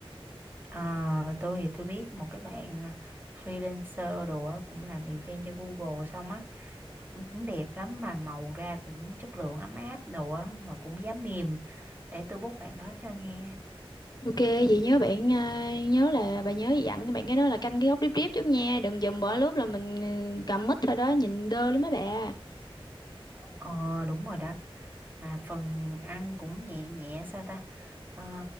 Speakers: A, on the right (about 20°); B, on the left (about 45°).
A: Ờ, tôi thì tôi biết một cái bạn ờ, freelancer đồ á cũng làm event cho Google xong á cũng cũng đẹp lắm mà màu ra cũng chất lượng ấm áp đồ á mà cũng giá mềm để tôi bút bạn đó cho nghe
B: ok vậy nhớ bạn à, nhớ là bà nhớ dặn bạn cái đó là canh cái góc điếp điếp chút nha đừng dùm bỏ lúc là mình ừ, cầm mic thôi đó nhìn đơ lắm mấy bà
A: ờ đúng rồi đó mà phần ăn cũng nhẹ nhẹ sao ta ờ,